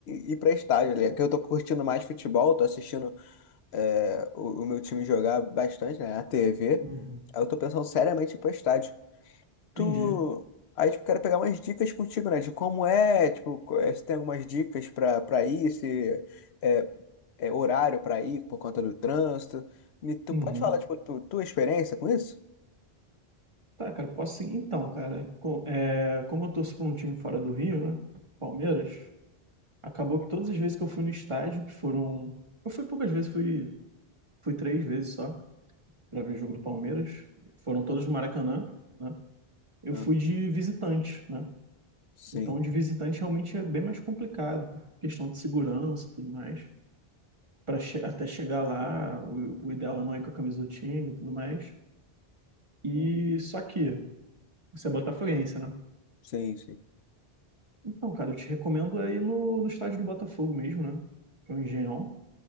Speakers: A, on the left; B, on the right.
A: em ir pra estádio, né? Que eu tô curtindo mais futebol, tô assistindo é, o, o meu time jogar bastante, né? A TV.
B: Uhum.
A: Aí eu tô pensando seriamente em ir pro estádio. tu.
B: Entendi.
A: Aí, tipo, quero pegar umas dicas contigo, né? De como é, tipo, co- é, se tem algumas dicas pra, pra ir, se é, é horário pra ir por conta do trânsito. Me, tu
B: Uhum.
A: pode falar, tipo, tu, tua experiência com isso?
B: Tá, cara, posso sim. Então, cara, co- é, como eu torço para um time fora do Rio, né? Palmeiras, acabou que todas as vezes que eu fui no estádio, que foram. Eu fui poucas vezes, fui, fui três vezes só para ver jogo do Palmeiras. Foram todos no Maracanã, né? Eu
A: Aham.
B: fui de visitante, né?
A: Sim.
B: Então, de visitante realmente é bem mais complicado, por questão de segurança e tudo mais. para até chegar lá, o, o ideal é não ir com a camisa do time e tudo mais. E
A: Uhum.
B: só que você é botafoguense, né?
A: Sim, sim.
B: Então, cara, eu te recomendo é ir no, no estádio do Botafogo mesmo, né? Que é o Engenhão.